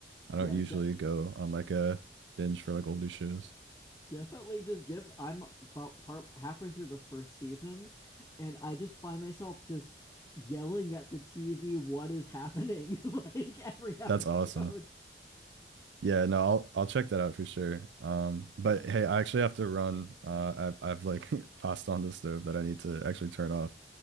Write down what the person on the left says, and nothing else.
Yeah,
de-
definitely just give I'm about part halfway through the first season and I just find myself just yelling at the TV what is happening <laughs> like every episode.